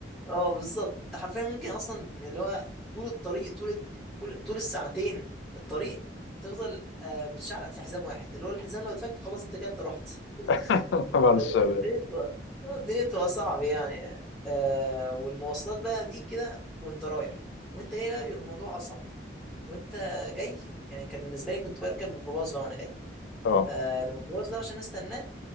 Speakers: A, in the centre; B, on the left.
A: اه بالظبط انت حرفيا ممكن اصلا اللي هو طول الطريق طول كل طول الساعتين الطريق تفضل آه، متشعلق في حزام واحد اللي هو الحزام لو اتفك خلاص انت كده انت رحت
B: <laughs>
A: <laughs>
B: بعد الشر
A: الدنيا
B: يعني
A: بتبقى آه، الدنيا بتبقى صعبة يعني آه والمواصلات بقى دي كده وانت رايح وانت جاي بقى بيبقى الموضوع اصعب وانت جاي يعني كان بالنسبة لي كنت بركب ميكروباص بقى وانا جاي
B: اه
A: آه الميكروباص ده عشان استناه